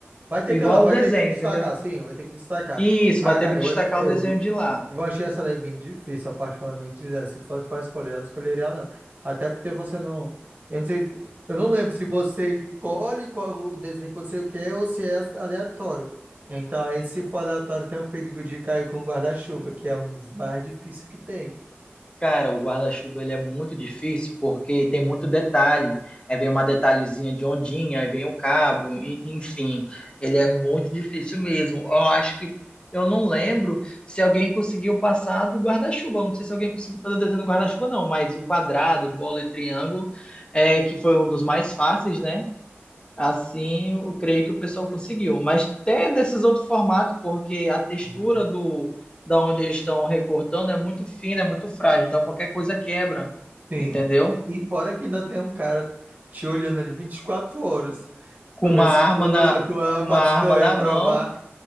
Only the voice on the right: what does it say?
Vai ter
que ir lá, vai
ter que se destacar,
sim, vai ter que destacar.
Ah,
cara,
eu,
eu,
eu achei essa daí bem difícil, particularmente, né? Se fosse para escolher, eu não escolheria ela, não. Até porque você não. Eu não sei, se- eu não lembro se você escolhe qual o desenho que você quer ou se é aleatório. Então, aí, se for aleatório, tem o perigo de cair com o guarda-chuva, que é um dos mais difíceis que tem.
Hum,
Sim.
E e fora que ainda tem um cara te olhando ali vinte e quatro horas
pra ver
se tu,
<laughs>
se tu é
aprovado.